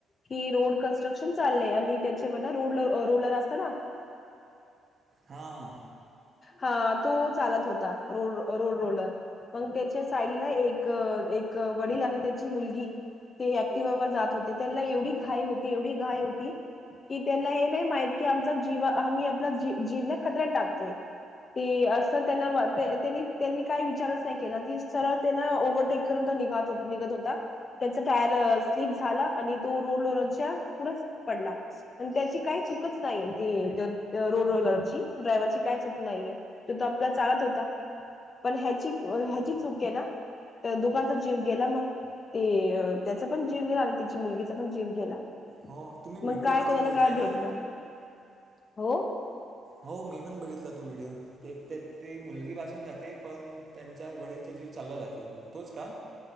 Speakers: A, on the left; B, on the right.
A: की रोड कनस्ट्रक्शन चाललंय आणि त्याच्यावर रड रोलर असत ना?
B: हा हा.
A: हा तो चालत होता रोड रोड रोलर मग त्याच्या साईडला एक एक वडील आणि त्याची मुलगी ते ऍक्टिववर जात होते त्यांना एवढी घाई होती एवढी घाई होती की त्यांना हे नाही माहित की आमचा जीव आम्ही आपला जीवना खतऱ्यात टाकतोय. ते अस त्यांनी त्यांनी काय विचारच नाही केला त सरळ त्यांना ओव्हटेक करून तो निघ निघत होता त्याचा टायर स्लीप झाला आणि तो रोड रलरच्या पुढच पडला आणि त्याची काही चुकच नाही ती रोड रलरची ड्रावरची काय चक? नाहीये तो तो आपला चालत होता पण ह्याची ह्याची चूक आहे ना तर दोगंचा जीव गेला मग ते त्याचा पण जीव गेला आणि त्यािची मुलगीचा पण जीव गेला.
B: हो तुम्ही
A: मग
B: वि्हडओ
A: काय
B: बद्दल
A: कोणाला
B: बोलताय
A: काय भेटलं
B: का
A: हो.
B: हो मी पण बघितला त व्हिडिओ ते ते ते मुलगी पासून जाते पण त्यांच्या वडीलचा जीव चालला जाते तोच का